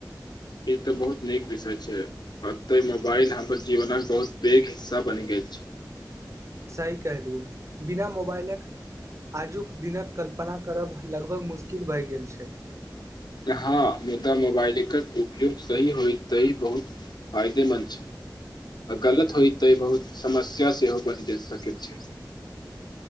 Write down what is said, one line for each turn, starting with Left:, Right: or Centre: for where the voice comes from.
Left: ई तऽ बहुत नीक विषय छै एतऽ मोबाइल हमर जीवनक बहुत पैघ हिस्सा बनि गेल छै
Right: सही कहलहुँ बिना मोबाइलक आजुक दिनक कल्पना करब लगभग मुश्किल भए गेल छै
Left: हँ मुदा मोबाइलक उपयोग सही होय तही बहुत फायदेमन्द छै आ गलत होइ तऽ बहुत समस्या से हो ब जा सक छै